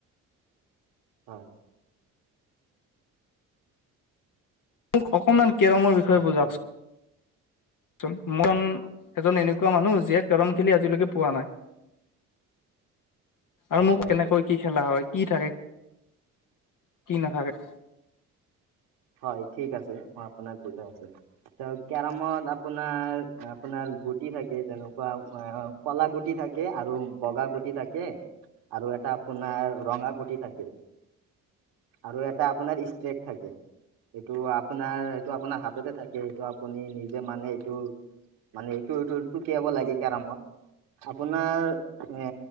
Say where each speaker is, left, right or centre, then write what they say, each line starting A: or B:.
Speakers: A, on the right; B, on the left.
A: হয়।
B: মোক অকণমান কেৰমৰ বিষয়ে
A: হয়
B: বুজাওকচ
A: হয়
B: <inaudible> মই এজন এনেকুৱা মানুহ যিয়ে কেৰম খেলি আজিলৈকে পোৱা নাই।
A: অ
B: আৰু মোক এনে হয় কি খেলা হয়, কি থাকে, কি নাথাকে।
A: হয়, ঠিক আছে। মই আপোনাক বুজাই আছো। কেৰমত আপোনাৰ, আপোনাৰ গুটি থাকে যেনেকুৱা কলা গুটি থাকে, আৰু বগা গুটি থাকে। আৰু এটা আপোনাৰ ৰঙা গুটি থাকে। আৰু এটা আপোনাৰ ইষ্ট্ৰেক থাকে। এইটো আপোনাৰ, সেইটো আপোনাৰ হাততে থাকে। সেইটো আপুনি নিজে মানে এইটো মানেটো, <unintelligible> টুকিয়াব লাগে কেৰামত আপোনাৰ এ